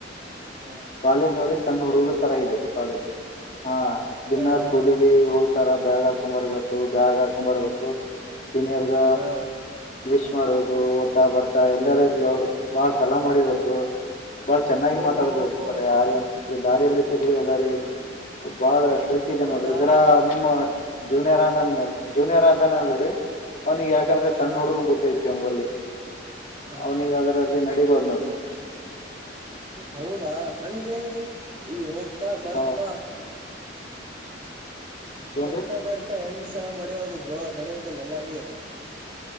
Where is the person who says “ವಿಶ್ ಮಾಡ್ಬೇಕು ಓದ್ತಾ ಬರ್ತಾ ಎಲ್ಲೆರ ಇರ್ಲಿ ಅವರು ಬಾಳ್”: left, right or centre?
Left